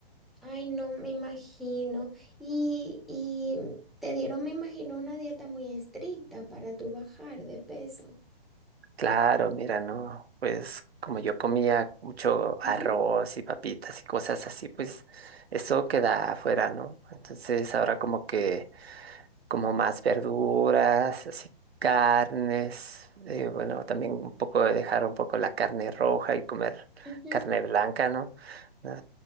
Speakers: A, in the centre; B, on the right.
A: Ay, no, me imagino. Y, y te dieron, me imagino, una dieta muy estricta para tu bajar de peso.
B: Claro, mira, ¿no? Pues como yo comía mucho arroz
A: Ujú.
B: y papitas y cosas así, pues eso queda afuera, ¿no? Entonces ahora como que... como más verduras, así carnes, eh, bueno, también un poco de dejar un poco la carne roja y comer
A: ujú.
B: carne blanca, ¿no? No